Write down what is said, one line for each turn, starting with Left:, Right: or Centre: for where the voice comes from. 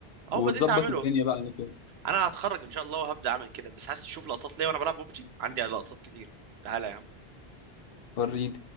Right: اهو
Left: وتظبط
Right: بديت اعمله
Left: الدنيا بقى على كده
Right: انا هتخرج ان شاء الله وهبدا اعمل كده بس عايز تشوف لقطات ليا وانا بلعب ببجي عندي لقطات كتير تعالى يا عم
Left: وريني